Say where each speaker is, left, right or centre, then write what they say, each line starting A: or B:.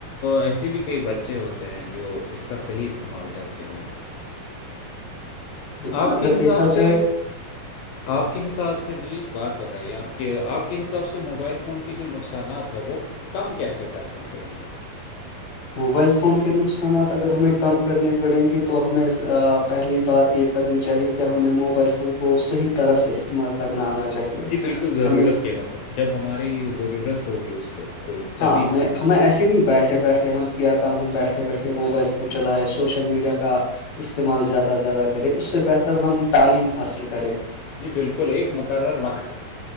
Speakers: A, on the left; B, on the left.
A: ایسے بھی کئی بچے ہوتے ہیں جو اس کا صحیح استعمال کرتے ہیں
B: لیکن
A: آپ
B: اگر
A: کے حساب
B: دیکھا
A: سے
B: جائے
A: آپ کے حساب سے مجھے ایک بات بتائیے آپ کہ آپ کے حساب سے موبائل فون کی جو نقصانات ہے وہ کم کیسے کر سکتے ہیں
B: موبائل فون کے نقصانات اگر ہمیں کم کرنے پڑیں گی تو ہمیں پہلی بات یہ کرنی چاہیے کہ ہمیں موبائل فون کو صحیح طرح سے استعمال کرنا آنا چاہیے
A: جی بالکل ضرورت
B: ہمیں
A: کے وقت جب ہماری ضرورت ہوگی اس پہ کوئی تبھی
B: ہاں ہمیں
A: استعمال
B: ہمیں
A: کریں
B: ایسیے ہیں بیٹھے بیٹھے ہم کیا کم ہم بیٹھے بیٹھے موبائل فون چلائے سوشل میڈیا کا استعمال زیادہ سے زیادہ کریں اس سے بہتر ہم تعلیم حاصل کریں
A: جی بالکل ایک مقرر وقت